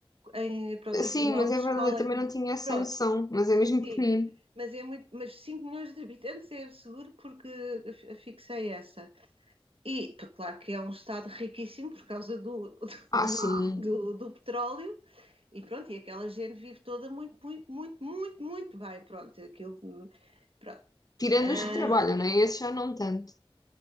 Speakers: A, on the right; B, on the left.
A: em, pronto, em
B: Sim,
A: quilómetros,
B: mas é verdade,
A: qual
B: eu também
A: é?
B: não tinha essa
A: Pronto,
B: noção, mas é mesmo
A: sim.
B: pequenino.
A: Mas, é muito, mas 5 milhões de habitantes é seguro porque eu fixei essa. E, claro que é um estado riquíssimo por causa do,
B: Ah,
A: do,
B: sim.
A: do, do petróleo e pronto, e aquela gente vive toda muito, muito, muito, muito, muito bem. Pronto, aquilo, pronto.
B: Tirando
A: Ah,
B: os que trabalham, né? Esses já não tanto.